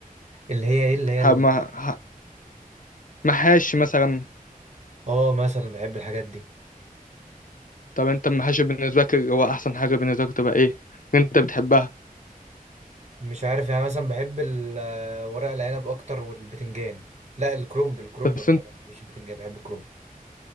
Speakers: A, on the right; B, on the left.
A: اللي هي ايه اللي هي
B: ح-
A: ال...
B: مع- ح- محاشي مثلا
A: اه مثلا بحب الحاجات دي
B: طب انت المحاشي بالنسبة لك اللي هو احسن حاجة بالنسبة لك تبقى ايه انت بتحبها
A: مش عارف يعني مثلا بحب ال- آه، ورق العنب اكتر والبتنجان لا الكرنب الكرنب
B: بس
A: بحبه
B: انت
A: مش البتنجان بحب الكرنب